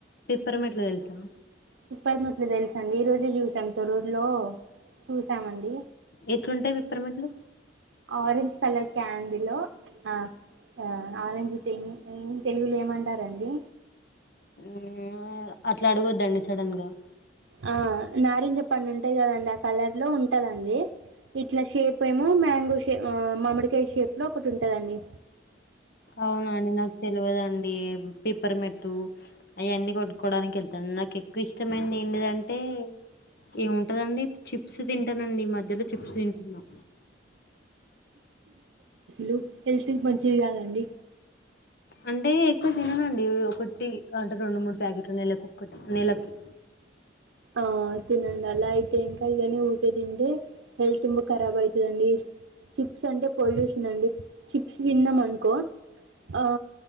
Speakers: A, on the left; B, on the right.
A: పిప్పర మేట్లు తెల్సా
B: పీప్పర్ మేట్లు తెల్సండీ ఈ రోజే జూసాం తొరూర్లో చూసామండి
A: ఎట్లుంటాయి పిప్పరమెట్లు
B: ఆరెంజ్ కలర్ క్యాడిలో ప్చ్ ఆ ఆ ఆరెంజి థింగ్ మీన్స్ తెలుగులో ఏమంటారండి
A: ఉమ్ మ్య అట్లాడగొద్దండి సడన్ గా
B: ఆ నారింజ పండుంటాయి కదండి ఆ కలర్ లో ఉంటదండి ఇట్లా షేప్ ఏమో మ్యాంగో షే ఆ మామిడ్ కాయ్ షేప్ లో ఒకటుందండి
A: ఔనాండి నాక్ తెల్వదండి పిప్పర మెట్టు ఐఅన్నీ గోట్టు కోడాన్ కి ఎల్ తన్ నాక్ ఎక్కు ఇష్టమైంద్ ఏండీదంటే ఏముంటదండి చిప్స్ తింటానండి మధ్య మద్ద్యలో చిప్స్ తింటున్నాం
B: లు హెల్త్ కి మంచిది కాదండి
A: అంటే ఎక్కువ తిననుండి ఒకటి అంటే రెండు మూడు ప్యాకెట్లు నెలకు ఒకటి నెలకి
B: ఆ తినండి అలా అయితే ఇంకాది కాని ఊరికే తింటే హెల్త్ తం ఖరాబ్ అవుతదండి చిప్స్ అంటే పొల్యూషన్ అండి చిప్స్ తిన్నాం అనుకో ఆ